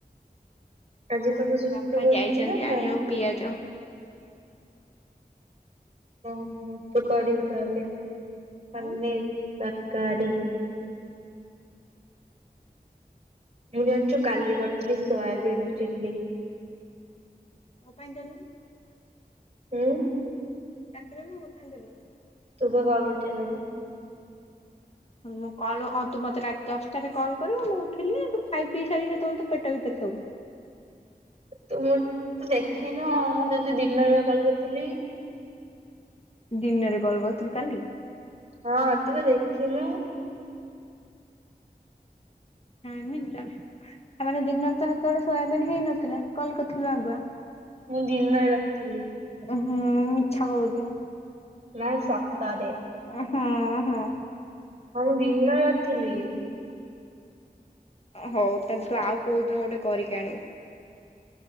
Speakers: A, on the right (about 40°); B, on the left (about 40°).
A: ଆଜି
B: ହଁ
A: ତମ ସେଟଟ
B: ବାପା
A: ଭୋଟ
B: ଯାଇଛନ୍ତି
A: ଦଦ ନା ନା
B: ଆଣିବାକୁ
A: <unintelligible>
B: ପିଆଜ।
A: ହଁ ମ କରିବୁ ତାହେଲେ ପନୀର୍
B: ହୁଁ
A: ତର୍ -କାରୀ। ଜାଣିଛୁ କାଲି କରିଥିଲି ସୋୟାବିନ୍ ଚିଲ୍ଲି।
B: ମୋ ପାଇଁ ଦେଲୁନି <unintelligible>
A: ଉଁ
B: ଡାକିଲନି ମୋ ପାଇଁ ଦେଲନି ନା।
A: ତୁ ପା କଲ୍ ଉଠେଇଲୁନି।
B: ମୁଁ କଲ କଁ ତୁ ମତେ ରାତି ଦଶଟାରେ କଲ୍ କରିବୁ ମୁଁ ଉଠିଲି ତୁ ଖାଇପିଇ ସାରି ସେତେବେଳେ ତୋ ପେଟ ଭିତରେ ସବୁ।
A: ତୁ ମୁଁ ତୁ ଦେଖିନୁ ଆଉ ମୋ ମୁଁ ତତେ ଦିନରେ ପା କଲ୍ କରିଥିଲି।
B: ଦିନରେ କଲ୍ କରିଥିଲୁ କାଲି?
A: ହଁ ତୁ ପା ଦେଖିନୁ।
B: ନାଇଁ <unintelligible> ତାଲେ। ଆମର ଦିନରେ ହେତୋଳେ ଶୋୟା ହେଇନଥିଲା କଲ କରିଥିଲୁ ଆଗୁଆ‌।
A: ମୁଁ ଦିନରେ ରଖିଥିଲି।
B: ହୁଁ ମିଛ କୋଉଚୁ।
A: ନା ସତରେ।
B: ହଁ ହଁ।
A: ହଁ ମୁଁ ଦିନରେ ନଥିଲି।
B: ହୋଉ ତାହେଲେ ତୁ ଆଉ କୋଉଦିନ ଗୋଟେ କରିକି ଆଣିବୁ।